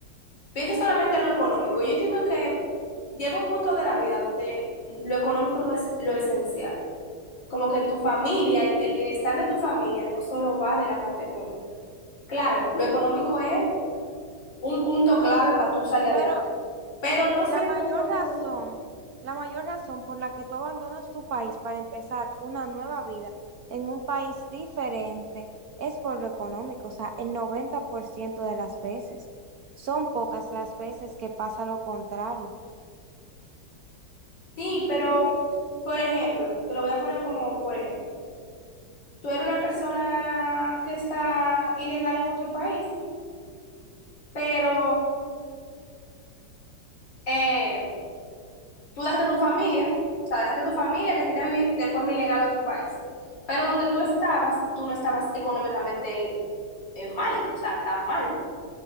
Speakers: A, on the left; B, on the right.
A: Piensa solamente en lo económico. Yo entiendo que llega un punto de la vida donde lo económico no es lo esencial. Como que tu familia, el bienestar de tu familia no solo va de la parte económica. Claro, lo económico es un punto clave para tú salir adelante.
B: Pero
A: Pero no siempre
B: la mayor
A: es como
B: razón,
A: que...
B: la mayor razón por la que tú abandonas tu país para empezar una nueva vida en un país diferente es por lo económico, o sea, el 90% de las veces. Son pocas las veces que pasa lo contrario.
A: Sí, pero,
B: ¿Entiendes?
A: por ejemplo, te lo voy a poner como por ejemplo. tú eres una persona que está ilegal en otro país, pero eh, tú dejaste a tu familia, o sea, dejaste a tu familia y te fuiste a vivir de forma ilegal a otro país. Pero donde tú estabas, tú no estabas económicamente eh, mal, o sea, tan mal.